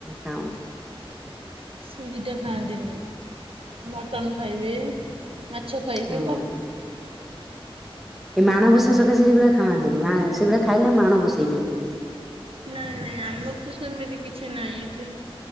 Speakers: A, in the centre; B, on the right.
A: ଖାଉନୁ।
B: ସେ ଦିଟା ଖାଆନ୍ତିନି। ମଟନ ଖାଇବେ। ମଛା ଖାଇବେ।
A: ହଁ।
B: ଭା
A: ଏ ମାଣ ବସା ସକାଶେ ସେଗୁଡା ଖାଆନ୍ତିନି। ମା ସେଗୁଡା ଖାଇଲେ ମାଣ ବସେଇବେନି।
B: ନାଇଁ, ନାଇଁ ଆମର ତ ସେମିତି କିଛି ନାହିଁ ଏଠି।